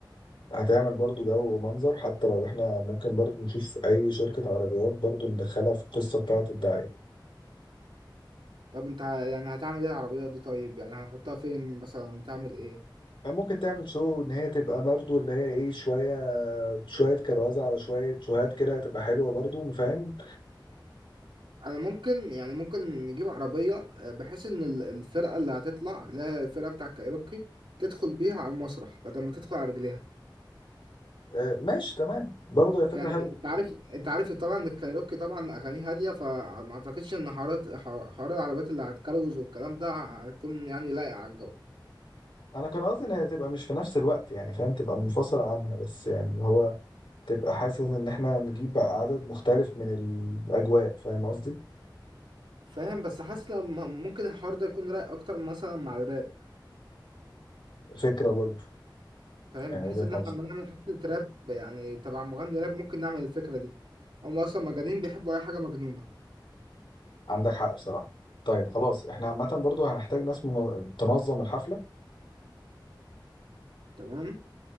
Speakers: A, on the left; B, on the right.
A: هتعمل برضو جو ومنظر حتى لو احنا ممكن برضو نشوف اي شركه عربيات برضو ندخلها في القصه بتاعه الدعايه
B: طب انت يعني هتعمل ايه العربية دي طيب يعني هتحطها فين مثلا تعمل ايه
A: ممكن تعمل شو ان هي تبقى برضو اللي هي ايه شويه شويه كروزه على شويه شوهات كده تبقى حلوه برضو فاهم
B: انا ممكن يعني ممكن نجيب عربيه آه، بحيث ان ال- الفرقه اللي هتطلع اللي هي الفرقه بتاع الكايروكي تدخل بيها على المسرح بدل ما تدخل على رجليها
A: آه ماشي تمام برضو هي فكره
B: يعني
A: حلوه
B: انت عارف انت عارف طبعا ان الكايروكي طبعا اغانيه هاديه فما اعتقدش ان حوارات ح- حوار العربيات اللي هتكروز والكلام ده هيكون يعني لايق على الجو
A: انا كان قصدي ان هي تبقى مش في نفس الوقت يعني فاهم تبقى منفصله عنها بس يعني اللي هو تبقى حاسس ان احنا نجيب بقى عدد مختلف من الاجواء فاهم قصدي
B: فاهم بس حاسس لما ممكن الحوار ده يكون رايق اكتر مثلا مع الراب
A: فكره برضو
B: فاهم
A: يعني وجهه
B: بحيث ان
A: نظر
B: احنا لما نعمل حفله راب يعني تبع مغني راب ممكن نعمل الفكره دي هم اصلا مجانين بيحبوا اي حاجه مجنونه
A: عندك حق بصراحه طيب خلاص احنا عامه برضو هنحتاج ناس منظ- تنظم الحفله
B: تمام